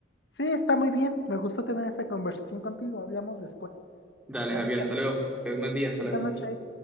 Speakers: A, on the left (about 65°); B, in the centre.
A: Sí, está muy bien. Me gustó tener esta conversación contigo. Hablamos después.
B: Dale,
A: Buenas
B: Javier, hasta
A: noches.
B: luego. Ten un buen día, hasta
A: Buena
B: luego.
A: noche.